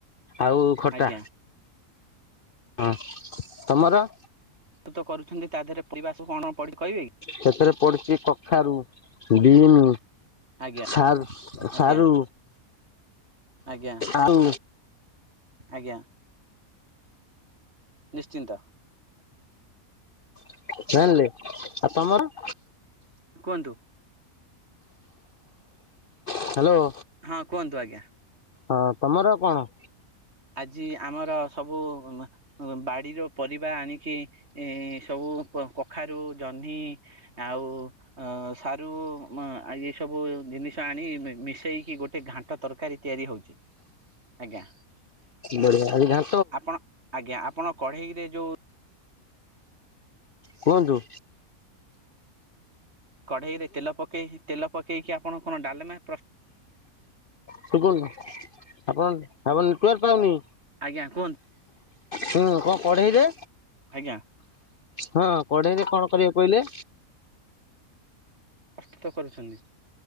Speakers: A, on the left (about 50°); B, on the right (about 45°).
A: ଆଉ? ଖୋଟା
B: ଆଜ୍ଞା
A: ହଁ ତୁମର
B: ପ୍ରସ୍ତୁତ କରୁଛନ୍ତି ତା ଦେହରେ ପିବାସକୁ କଣ ପ କହିବେ କି?
A: ସେଥିରେ ପଡିଛି କଖାରୁ ଡିମ୍।
B: ଆଜ୍ଞା
A: ସାର୍
B: ଆଜ୍ଞା
A: ସାରୁ
B: ଆଜ୍ଞା।
A: ଆଳୁ
B: ଆଜ୍ଞା ନିଶ୍ଚିନ୍ତ।
A: <unintelligible> ଜଣିଲି ଆଉ ତମର?
B: କୁହନ୍ତୁ?
A: ହ୍ୟାଲୋ।
B: ହଁ କୁହନ୍ତୁ ଆଜ୍ଞା?
A: ହଁ ତମର କଣ?
B: ଆଜି ଆମର ସବୁ- ବାଡିର ପରିବା ଆଣିକି ଏଁ ସବୁ କଖାରୁ, ଜହ୍ନି- ଆଉ ଅ ସାରୁ ମ ଏ ସବୁ ଜିନିଷ ଆଣି, ମିଶେଇକି ଗୋଟେ ଘାଣ୍ଟ ଟ ତରକାରୀ ତିଆରି ହଉଛି, ଆଜ୍ଞା।
A: ବଢିଆ, ଆଜି ଘା-
B: ଆପଣ ଆଜ୍ଞା ଆପଣ କଢେଇରେ ଯୋଉ
A: କୁହନ୍ତୁ?
B: କଢେଇରେ ତେଲ ପକେଇକି ତେଲ ପକେଇକି ଆପଣ କଣ ଡାଲେମା ପ୍ରସ୍‌
A: ଶୁଗୁନି, ଆପଣ ଆପଣ ନେଟୱାର୍କ ପାଉନି।
B: ଆଜ୍ଞା କୁହନ୍ତୁ?
A: ହୁଁ କଣ କଢେଇରେ?
B: ଆଜ୍ଞା।
A: ହଁ କଢେଇରେ କଣ କରିବାକୁ କହିଲେ?
B: ପ୍ରସ୍ତୁତ କରୁଛନ୍ତି।